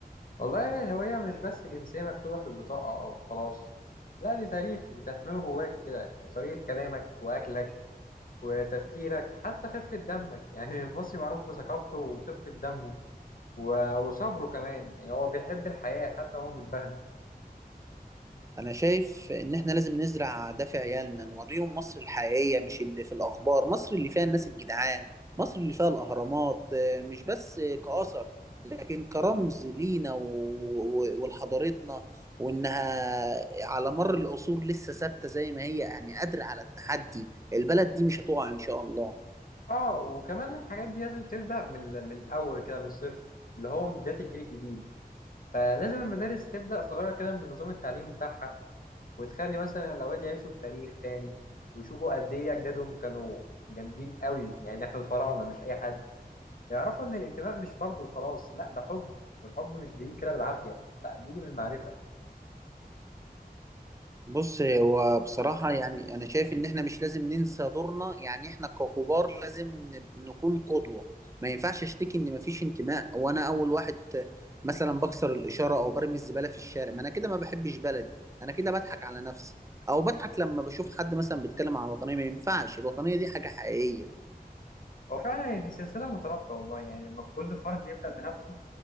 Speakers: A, on the left; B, on the right.
A: والله الهوية مش بس جنسية مكتوبة في البطاقة أو خلاص لا دي تاريخ بتحمله جواك كده طريقة كلامك وأكلك وتفكيرك حتى خفة دمك <laughs> يعني المصري معروف بثقافته وخفة دمه و- وصبره كمان يعني هو بيحب الحياة حتى هو متبهدل
B: انا شايف ان احنا لازم نزرع ده في عيالنا نوريهم مصر الحقيقية مش اللي في الاخبار مصر اللي فيها الناس الجدعان مصر اللي فيها الاهرامات آه، مش بس آه، كأثر لكن كرمز لينا و- و- ولحضارتنا وانها على مر العصور لسه ثابتة زي ما هي يعني قادرة على التحدي البلد دي مش هتقع ان شاء الله
A: اه وكمان الحاجات دي لازم تبدأ من ال- من الأول كده من الصفر اللي هو من بداية الجيل الجديد فلازم المدارس تبدأ صغيرة كده من نظام التعليم بتاعها وتخلي مثلا الأولاد يعيشوا التاريخ تاني ويشوفوا قد إيه أجدادهم كانوا جامدين قوي يعني إحنا الفراعنة مش أي حد يعرفوا إن الانتماء مش فرض وخلاص لا ده حب والحب مش بيجي كده بالعافية لا بيجي من المعرفة
B: بص هو بصراحة يعني أنا شايف إن إحنا مش لازم ننسى دورنا يعني إحنا ككبار لازم نب- نكون قدوة ما ينفعش أشتكي إن مفيش انتماء وأنا أول واحد مثلا بكسر الإشارة أو برمي الزبالة في الشارع ما أنا كده ما بحبش بلدي أنا كده بضحك على نفسي أو بضحك لما بشوف حد مثلا بيتكلم عن الوطنية ما ينفعش الوطنية دي حاجة حقيقية
A: هو فعلا دي سلسلة مترابطة والله يعني لما كل فرد يبدأ بنفسه